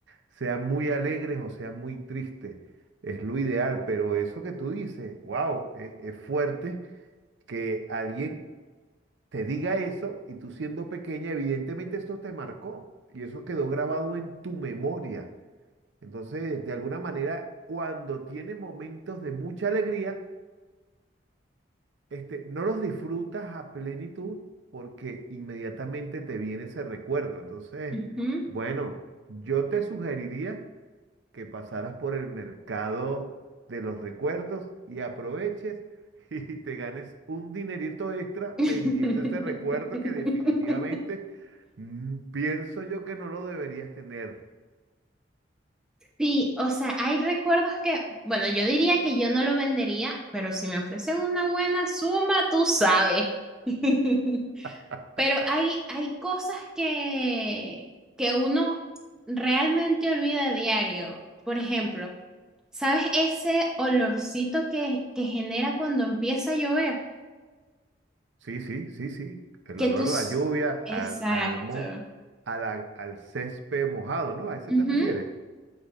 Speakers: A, on the right (about 80°); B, in the centre.
A: sean muy alegres o sean muy tristes, es lo ideal, pero eso que tú dices, wow, es es fuerte que alguien te diga eso y tú siendo pequeña, evidentemente esto te marcó y eso quedó grabado en tu memoria. Entonces, de alguna manera, cuando tienes momentos de mucha alegría, este, no los disfrutas a plenitud porque inmediatamente te viene ese recuerdo. Entonces,
B: ujú.
A: bueno, yo te sugeriría que pasaras por el mercado de los recuerdos y aproveches <laughs> y te ganes un dinerito extra
B: <laughs>
A: vendiendo ese recuerdo que definitivamente mm, pienso yo que no lo deberías tener.
B: Sí, o sea, hay recuerdos que, bueno, yo diría que yo no lo vendería, pero si me ofrecen una buena suma, tú sabes. <laughs>
A: <laughs>
B: Pero hay, hay cosas que, que uno realmente olvida a diario. Por ejemplo, ¿sabes ese olorcito que, que genera cuando empieza a llover?
A: Sí, sí, sí, sí. El
B: Que
A: olor
B: tus...
A: a la lluvia,
B: Exacto.
A: al, al, mo- a la- al césped mojado, ¿no? ¿A ese
B: Ujú.
A: te refieres?